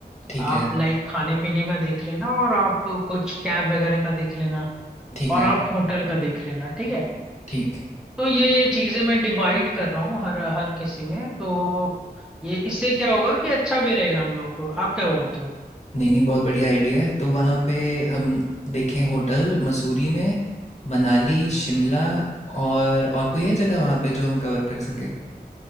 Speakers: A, on the left; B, in the centre.
A: ठीक
B: आप
A: है,
B: लाइक खाने पीने का देख लेना और आप कुछ कैब वगैरह का देख लेना
A: ठीक
B: और
A: है,
B: आप होटल का देख लेना ठीक है
A: ठीक।
B: तो ये ये चीजें मैं डिवाइड कर रहा हूँ हर हर किसी में तो ये इससे क्या होगा कि अच्छा भी रहेगा हम लोगों को आप क्या बोलते हो
A: नहीं, नहीं बहुत बढ़िया आइडिया है। तो वहाँ पे हम देखें होटल मसूरी में, मनाली, शिमला और और कोई है जगह वहाँ पे जो हम कवर कर सकें?